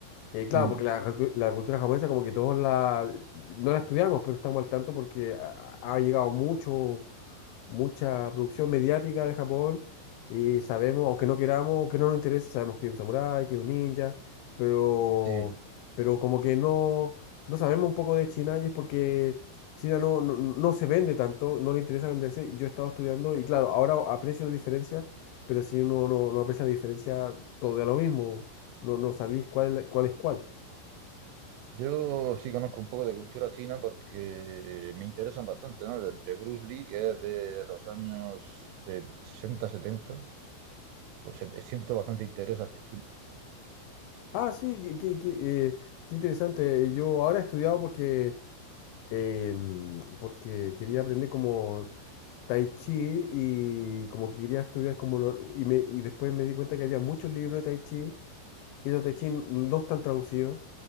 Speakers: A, on the left; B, on the right.
A: Eh, claro,
B: Mm.
A: porque la, cultu- la cultura japonesa como que todos la, no la estudiamos, pero estamos al tanto porque ha, ha llegado mucho, mucha producción mediática de Japón y sabemos, aunque no queramos, aunque no nos interese, sabemos que es un samurái, que es un ninja, pero,
B: Sí,
A: pero como que no, no sabemos un poco de China y es porque China no, no, no se vende tanto, no le interesa venderse. y Yo he estado estudiando y claro, ahora aprecio la diferencia, pero si uno no, no aprecia la diferencia, todo da lo mismo no, no sabéis cuál, cuál es cuál.
B: yo sí conozco un poco de cultura china porque me interesan bastante, ¿no? De, de Bruce Lee, que es de los años de 60, 70, pues eh, siento bastante interés hacia China.
A: Ah, sí, qué, qué- qué, eh, qué interesante. Yo ahora he estudiado porque, eh, mm, porque quería aprender como Tai Chi y como que quería estudiar como lo- y, me, y después me di cuenta que había muchos libros de Tai Chi y esos Tai Chi n- no están traducidos